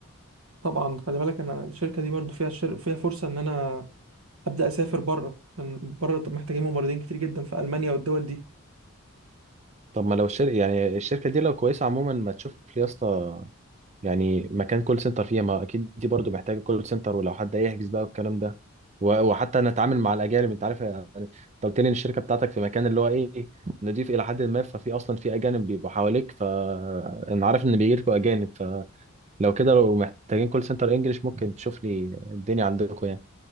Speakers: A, on the right; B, on the right.
A: طبعا خلي بالك انا الشركه دي برضو فيها الشر... فيها فرصه ان انا ابدا اسافر بره عشان بره محتاجين ممرضين كتير جدا في المانيا والدول دي
B: طب ما لو الشركه يعني الشركه دي لو كويسه عموما ما تشوف لي يا اسطى يعني مكان كول سنتر فيها ما اكيد دي برضو محتاجه كول سنتر ولو حد يحجز بقى والكلام ده و- وحتى انا اتعامل مع الاجانب انت عارف يعني انت قلت لي ان الشركه بتاعتك في مكان اللي هو ايه نضيف الى حد ما ففي اصلا في اجانب بيبقوا حواليك فانا عارف ان بيجي لكم اجانب فلو كده لو محتاجين كول سنتر انجلش ممكن تشوف لي الدنيا عندكم يعني